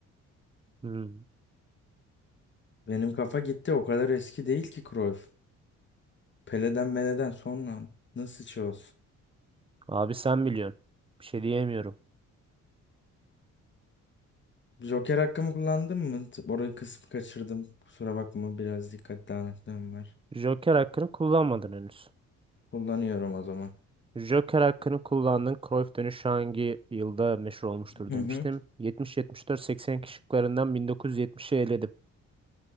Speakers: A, on the right; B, on the left.
A: Hmm.
B: Benim kafa gitti o kadar eski değil ki Cruyff. Pele'den Mele'den sonra nasıl şey olsun?
A: Abi sen biliyorsun. Bir şey diyemiyorum.
B: Joker hakkımı kullandım mı? T- Orayı kısmı kaçırdım. Kusura bakma biraz dikkat dağınıklığım var.
A: Joker hakkını kullanmadın henüz.
B: Kullanıyorum o zaman.
A: Joker hakkını kullandın. Cruyff dönüşü hangi yılda meşhur olmuştur
B: Hı
A: demiştim.
B: hı.
A: 70-74-80 kişiklerinden 1970'i eledim.